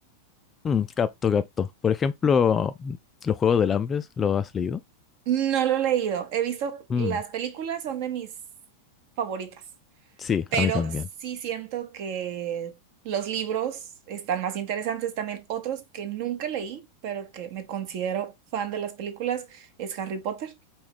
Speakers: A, on the left (about 20°); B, on the right (about 45°).
A: mm, capto, capto. Por ejemplo, los Juegos del Hambre, ¿lo has leído?
B: No lo he leído. He visto, las
A: Mm,
B: películas son de mis favoritas,
A: sí,
B: pero
A: a mí también.
B: sí siento que los libros están más interesantes. También otros que nunca leí, pero que me considero fan de las películas, es Harry Potter.